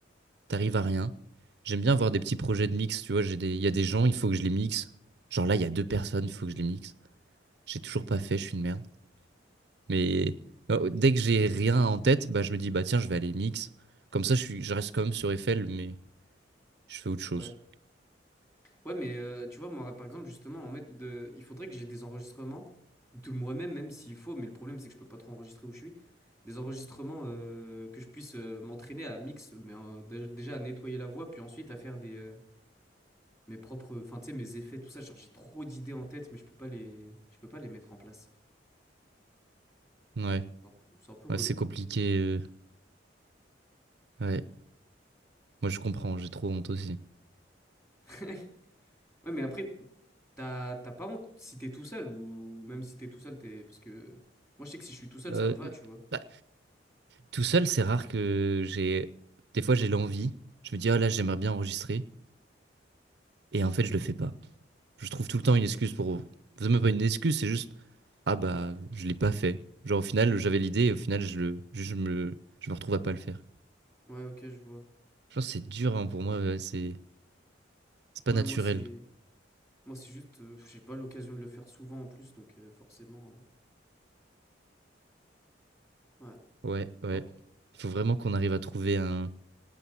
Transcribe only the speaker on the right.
t'arrives à rien. J'aime bien avoir des petits projets de mix, tu vois, j'ai des... il y a des gens, il faut que je les mixe. Genre là, il y a deux personnes, il faut que je les mixe. J'ai toujours pas fait, je suis une merde. Mais euh, dès que j'ai rien en tête, bah je me dis, bah tiens, je vais aller mix. Comme ça, je suis... je reste quand même sur Eiffel, mais je fais autre chose.
Ouais,
ouais, c'est compliqué. euh, Ouais, moi je comprends, j'ai trop honte aussi.
Euh,
bah, tout seul, c'est rare que j'ai... Des fois, j'ai l'envie. Je me dis, ah là, j'aimerais bien enregistrer. Et en fait, je le fais pas. je trouve tout le temps une excuse pour. C'est même pas une excuse, c'est juste ah bah je l'ai pas fait. Genre au final j'avais l'idée et au final je le je je me je me retrouve à pas le faire.
Je pense que c'est dur hein, pour moi, ouais, c'est c'est pas
naturel.
Ouais, ouais.
Il faut vraiment qu'on arrive à trouver un